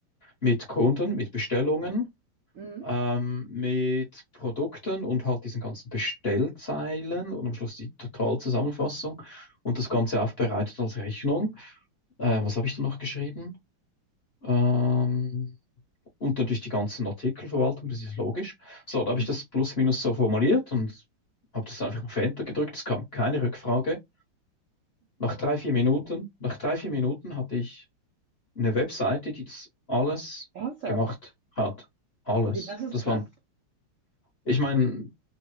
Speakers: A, on the left; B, on the right.
A: mit Kunden, mit Bestellungen
B: Mhm.
A: ähm, mit Produkten und halt diesen ganzen Bestellzeilen und am Schluss die Totalzusammenfassung und das Ganze aufbereitet als Rechnung. Äh, was habe ich da noch geschrieben? Ähm, und natürlich die ganzen Artikelverwaltung, das ist logisch. So, da habe
B: Mhm.
A: ich das plus minus so formuliert und habe das einfach auf Enter gedrückt. Es kam keine Rückfrage. Nach drei, vier Minuten, nach drei, vier Minuten hatte ich eine Webseite, die das alles
B: Ernsthaft.
A: gemacht hat. Alles.
B: Okay, das ist
A: Das
B: krass.
A: waren, ich meine,